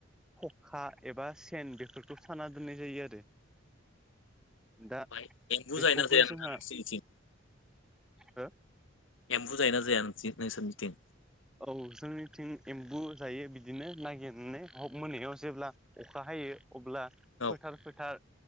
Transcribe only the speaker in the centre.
खखा एबा सेन बेफोरखौ साना दोननाय जायो आरो दा
बेखौबो
जोंहा
हो
औ जोंनिथिं एम्बु जायो बिदिनो नागिरनानै मोनायाव जेब्ला अखा हायो अब्ला फोथार
फोथार